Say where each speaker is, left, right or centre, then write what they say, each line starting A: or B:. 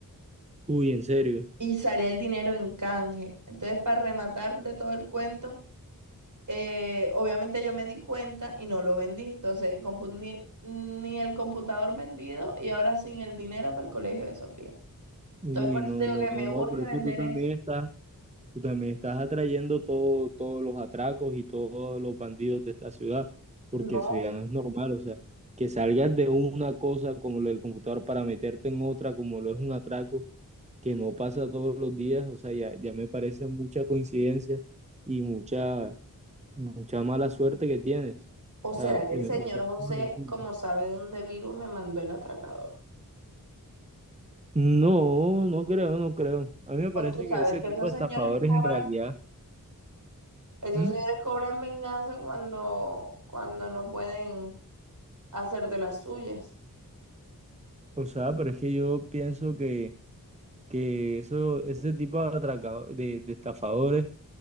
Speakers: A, on the right (about 20°); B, on the right (about 55°).
A: Uy, en serio.
B: y salía el dinero en canje. Entonces, para rematar de todo el cuento, eh, obviamente yo me di cuenta y no lo vendí. Entonces, el compu- ni, ni el computador vendido y ahora sin el dinero para el colegio de Sofía.
A: Uy,
B: Entonces, por
A: no,
B: eso te digo
A: no,
B: que
A: no,
B: me
A: no,
B: urge
A: pero
B: vender
A: es que tú también
B: eso.
A: estás, tú también estás atrayendo todo, todos los atracos y todos los bandidos de esta ciudad, porque
B: No.
A: eso ya no es normal. O sea, que salgas de una cosa como lo del computador para meterte en otra como lo es un atraco. que no pasa todos los días, o sea, ya, ya me parece mucha coincidencia y mucha, mucha mala suerte que tienes.
B: ¿O será
A: O sea,
B: que
A: eh,
B: el señor
A: me parece
B: José,
A: una locura.
B: como sabe dónde vivo, me mandó el atracador?
A: No, no creo, no creo. A mí me
B: O
A: parece
B: tú sabes
A: que ese
B: que
A: tipo
B: esos
A: de
B: señores
A: estafadores
B: cobran,
A: en realidad,
B: esos
A: ¿Mm?
B: señores cobran venganza cuando, cuando no pueden hacer de las suyas.
A: O sea, pero es que yo pienso que, que eso, ese tipo de atracado- de, de estafadores,